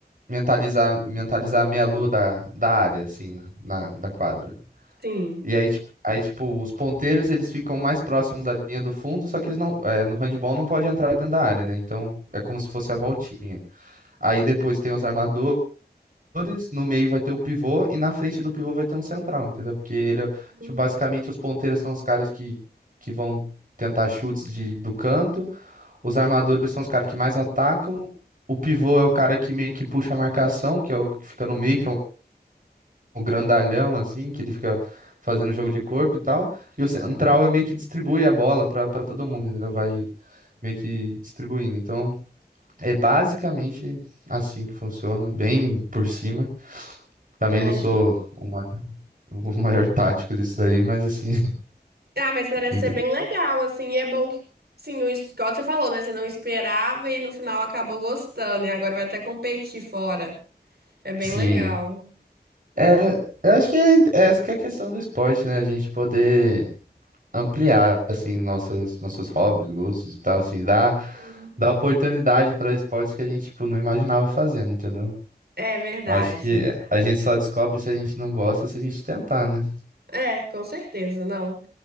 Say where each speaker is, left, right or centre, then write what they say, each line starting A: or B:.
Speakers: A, on the right; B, on the right.
A: mentalizar, mentalizar a meia-lua da, da área, assim, na, da quadra.
B: Sim.
A: E aí, tipo, aí, tipo, os ponteiros eles ficam mais próximos da linha do fundo, só que eles não, é, no handball não pode entrar dentro da área, né? Então é como se fosse a voltinha. Aí depois tem os armadores, no meio vai ter o pivô e na frente do pivô vai ter um central, entendeu? Porque ele, é-
B: Hum.
A: tipo, basicamente os ponteiros são os caras que, que vão tentar chutes de, do canto, os armadores são os caras que mais atacam, o pivô é o cara que meio que puxa a marcação, que é o que fica no meio, que é um o grandalhão, assim, que ele fica fazendo jogo de corpo e tal. E o central é meio que distribui a bola pra para todo mundo, entendeu? Vai meio que distribuindo. Então, é basicamente assim que funciona, bem por cima. Também
B: Ah,
A: não sou o ma- o maior tático disso daí, mas assim, <laughs>
B: Ah, mas parece
A: entendo.
B: ser bem legal, assim, e é bom que, sim, não, es- igual você falou, né? Você não esperava e no final acabou gostando, e agora vai até competir fora. É bem
A: Sim.
B: legal.
A: É, eu acho que é, essa que é a questão do esporte, né? A gente poder ampliar assim nossas nossos hobbies, gostos e tal, assim, dá
B: Sim.
A: dá oportunidade para esportes que a gente tipo não imaginava fazendo, entendeu?
B: É verdade.
A: Eu acho É que a gente só descobre se a gente não gosta se a gente tentar, né?
B: É, com certeza, não.